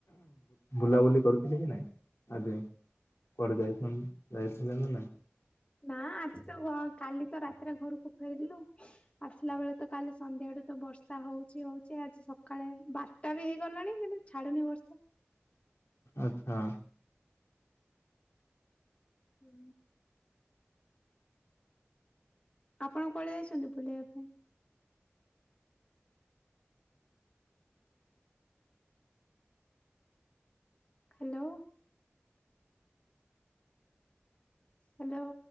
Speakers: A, on the left; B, on the left.
A: ବୁଲାବୁଲି କରୁଥିଲେ କି ନାଇଁ ଆଜି? କୁଆଡେ ଯାଇଛନ୍ତି ଯାଇଥିଲେ ନା ନାଇଁ?
B: ନା ଆଜି ତ କାଲି ତ ରାତିରେ ଘରକୁ ଫେରିଲୁ। ଆସିଲା ବେଳେ ତ କାଲି ସନ୍ଧ୍ୟା ଠୁ ତ ବର୍ଷା ହଉଚି ହଉଚି ଆଜି ସକାଳେ ବାରଟା ବି ହେଇଗଲାଣି କିନ୍ତୁ ଛାଡୁନି ବର୍ଷା।
A: ଆଚ୍ଛା।
B: ହୁଁ। ଆପଣ କୁଆଡେ ଯାଇଛନ୍ତି ବୁଲିବା କୁ? ହ୍ୟାଲୋ। ହ୍ୟାଲୋ।